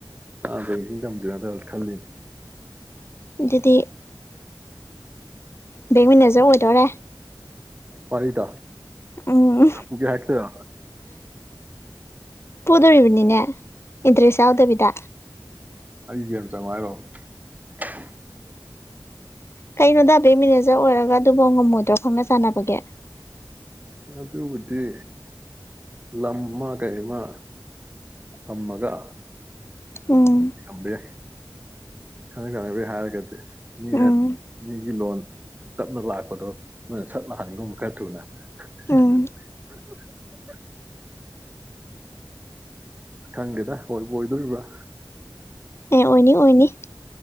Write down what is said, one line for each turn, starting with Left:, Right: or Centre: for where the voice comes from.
Right: ꯑꯥꯗꯩ ꯅꯤꯡꯊꯝꯖ ꯑꯗ ꯈꯜꯂꯤꯅꯦ
Left: ꯑꯗꯨꯗꯤ ꯕꯦꯡ ꯃꯦꯅꯦꯖꯔ ꯑꯣꯏꯗꯣꯔꯦ
Right: ꯄꯗ
Left: ꯎꯝ
Right: ꯨ ꯀ ꯍꯥꯏꯁ
Left: ꯄꯨꯗꯣꯔꯤꯕꯅꯤꯅꯦ ꯏꯟꯇꯔ꯭ꯦꯁ ꯆꯥꯎꯗꯕꯤꯗ
Right: ꯑꯖ ꯇꯔꯣ <unintelligible>
Left: ꯀꯩꯅꯣꯗ ꯕꯦꯡ ꯃꯦꯅꯦꯖꯔ ꯑꯣꯏꯔꯒ ꯑꯗꯨꯐꯧ ꯉꯝꯃꯣꯏꯗ꯭ꯔꯣ ꯈꯪꯅ ꯆꯟꯅꯕꯒꯦ
Right: ꯑꯗꯨꯕꯨꯗꯤ ꯂꯝ ꯑꯃ ꯀꯩꯃ ꯊꯝꯃꯒ
Left: ꯎꯝ
Right: ꯉꯝꯕ ꯌꯥꯏ ꯈꯔ ꯈꯔ ꯍꯥꯏꯔꯒ ꯃꯤꯅ
Left: ꯎꯝ
Right: ꯃꯤꯒꯤ ꯂꯣꯟ ꯇꯞꯅ ꯂꯥꯛꯄꯗꯣ ꯅꯣꯏꯅ ꯁꯠ ꯂꯥꯛꯍꯟꯒꯨꯝꯕ ꯈꯔꯊꯨꯅ <unintelligible>
Left: ꯎꯝ
Right: ꯈꯪꯗꯦꯗ ꯑꯣꯏꯕꯨ ꯑꯣꯏꯗꯨꯔꯤꯕꯔꯥ
Left: ꯑꯦ ꯑꯣꯏꯅꯤ ꯑꯣꯏꯅꯤ